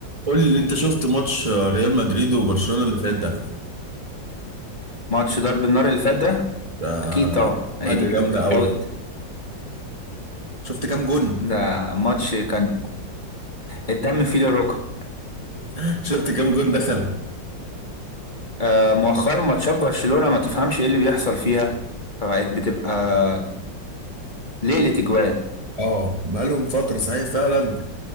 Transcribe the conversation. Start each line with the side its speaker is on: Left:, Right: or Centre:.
Right: قول لي انت شفت ماتش ريال مدريد وبرشلونة اللي فات ده
Left: ماتش ضرب النار اللي فات ده
Right: ده
Left: اكيد طبعا هي
Right: حاجة
Left: دي
Right: جامدة
Left: حاجة تتفوت
Right: قوي شفت كام جون
Left: ده ماتش كان الدم فيه للركب
Right: <laughs> شفت كام جون دخل
Left: آه مؤخرا ماتشات برشلونة ما تفهمش ايه اللي بيحصل فيها فبقت بتبقى ليلة اجوان
Right: اه بقالهم فترة صحيح فعلا